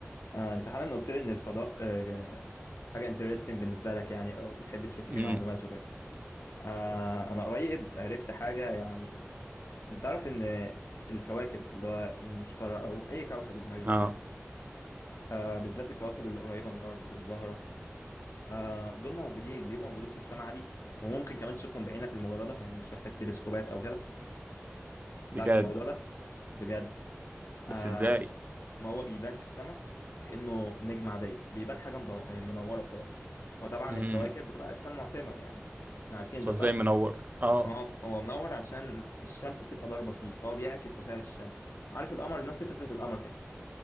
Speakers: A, on the left; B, on the right.
A: آه، انت حالا قلت لي ان الفضاء آه، حاجه انترستنج بالنسبه لك يعني او بتحب تشوف فيه
B: امم
A: معلومات وكده آه، انا قريب عرفت حاجه يعني انت تعرف ان الكواكب اللي هو المشتري او اي كوكب المريخ
B: اه
A: آه، بالذات الكواكب اللي قريبه من الارض الزهره آه، دول موجودين بيبقوا موجودين في السماء عادي وممكن كمان تشوفهم بعينك المجرده يعني مش محتاج تلسكوبات او كده كنت
B: بجد
A: عارف الموضوع ده بجد آه،
B: بس ازاي
A: ما هو بيبان في السماء كأنه نجمة عادية بيبان حاجة مدو... منورة وخلاص وطبعا
B: امم
A: الكواكب بتبقى أجسام معتمة يعني احنا عارفين
B: بس
A: ده
B: هو
A: صح؟
B: ازاي منور اه
A: ما هو هو منور عشان الشمس بتبقى ضاربة فيه فهو بيعكس أشعة الشمس عارف القمر نفس فكرة القمر كده